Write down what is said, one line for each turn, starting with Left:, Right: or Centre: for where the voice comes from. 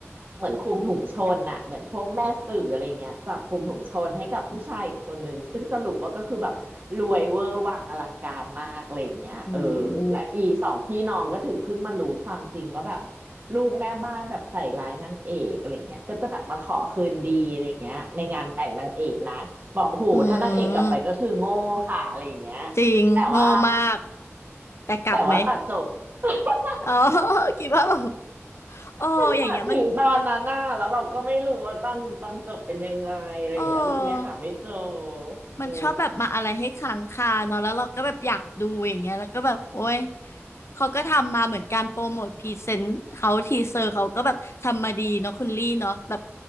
Right: เหมือนคุมถุงชนอะเหมือนพวกแม่สื่ออะไรเงี้ยจับคุมถุงชนให้กับผู้ชายอีกคนนึงซึ่งสรุปว่าก็คือแบบรวยเวอร์วังอลังการมากอะไรเงี้ยเออ
Left: โอ้โห
Right: และอีสองพี่น้องก็ถึงเพิ่งมารู้ความจริงว่าแบบลูกแม่บ้านแบบใส่ร้ายนางเอกอะไรเงี้ยก็จะแบบมาขอคืนดีอะไรเงี้ยในงานแต่งนางเอกนะบอกโหถ้านางเอกกลับไปก็คือโง่ค่ะอะไรเงี้ย
Left: อืมจริงโง่มาก
Right: แต่ว่า
Left: แต่กลับไหม
Right: แต่ว่าตัดจบ <laughs>
Left: อ๋อ <laughs> คิดว่าแบบ เอออย่างเงี้ยมัน
Right: มันตัดถึงตอนนั้นน่ะแล้วเราก็ไม่รู้ว่าตอนตอนจบเป็นยังไงอะไรอย่างเงี้ยเรื่องเนี้ยหาไม่เจอ
Left: เออมันชอบแบบมาอะไรให้ค้างคาเนาะแล้วเราก็แบบอยากดูอย่างเงี้ยแล้วก็แบบโอ้ย
Right: โอ้
Left: เขาก็ทำมาเหมือนการโปรโมทพรีเซนต์เขาทีเซอร์เขาก็แบบทำมาดีเนาะคุณลี่เนาะแบบ